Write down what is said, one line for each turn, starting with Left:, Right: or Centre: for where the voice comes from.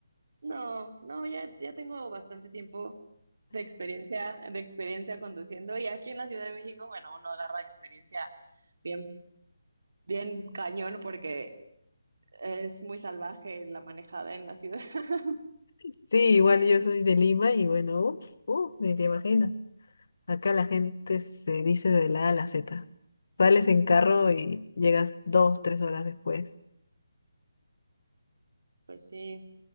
Right: No, no, ya, ya tengo bastante tiempo de experiencia, de experiencia conduciendo. Y aquí en la Ciudad de México, bueno, uno agarra experiencia bien, bien cañón porque es muy salvaje la manejada en la ciudad. <laughs>
Left: Sí, igual
Right: Sí,
Left: yo soy de Lima y bueno, uff, uff, ni te imaginas. Acá la gente se dice de la A a la Z. Sales en carro y llegas dos, tres horas después.
Right: pues sí.